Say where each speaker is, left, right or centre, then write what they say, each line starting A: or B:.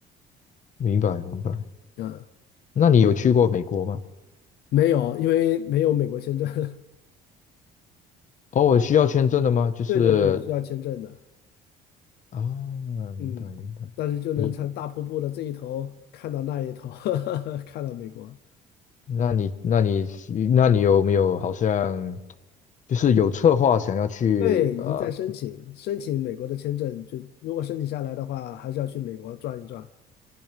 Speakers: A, on the left; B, on the left.
A: 明白明白。
B: 嗯，
A: 那你有去过美国吗？
B: 没有，因为没有美国签证。<laughs>
A: 哦，需要签证的吗？就是
B: 对对对，需要签证的。
A: 啊，明白明白。
B: 嗯，但是就能从大瀑布的这一头看到那一头，
A: 你
B: <laughs> 看到美国。
A: 那你那你那你有没有好像就是有策划想要去呃？
B: 对，已经在申请申请美国的签证，就如果申请下来的话，还是要去美国转一转。